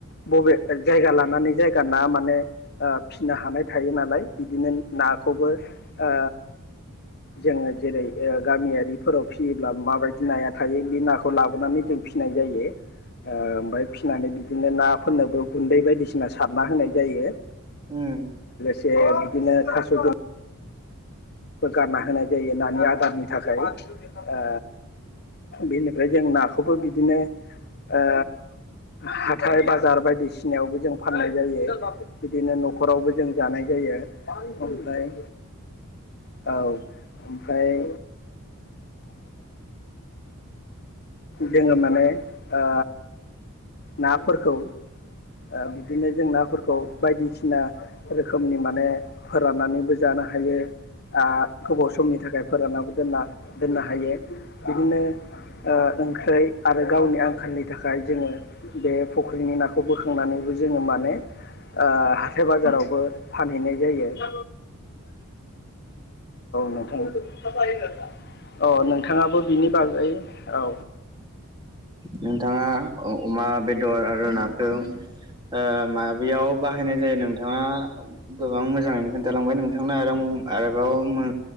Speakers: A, on the left; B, on the right.
A: बबे जायगा लानानै जायगा ना माने ओ फिनो हानाय थायो नालाय बिदिनो नाखौबो ओ जोङो जेरै ओ गामियारि फोराव फियोब्ला माबायदि नाया थायो बे नाखौ लाबोनानै जों फिनाय जायो ओ ओमफाय फि फिनानै बिदिनो नाफोरनोबो गुन्दै बायदिसिना सारना होनाय जायो
B: उम
A: जे बिदिनो थास‌ गोलै गारना होनाय जायो नानि आदारनि थाखाय ओ बेनिफ्राय जों नाखौबो बिदिनो ओ हाथाइ बाजार बायदि सिनायावबो जों फाननाय जायो बिदिनो नखरावबो जों जानाय जायो ओमफ्राय औ ओमफ्राय जोङो माने ओ नाफोरखौ ओ बिदिनो जों नाफोरखौ बायदिसिना रोखोमनि माने फोराननानैबो जानो हायो ओ गोबाव समनि थाखाय फोरानाबो दोनना दोननो हायो बिदिनो ओ ओंख्रि आरो गावनि आंखालनि थाखाय जोङो बे फुख्रिनि नाखौ बोखांनानैबो जोङो माने ओ हाथाय बाजारावबो फानहैनाय जायो औ नोंथां औ नोंथाङाबो बिनि बागै औ
B: नोंथाङा अ अमा बेदर आरो नाखौ ओ माबायाव बाहायनाय जायो नोंथाङा गोबां मोजाङैनो खोन्थालांबाय नोंथांनो आरो आरोबाव मो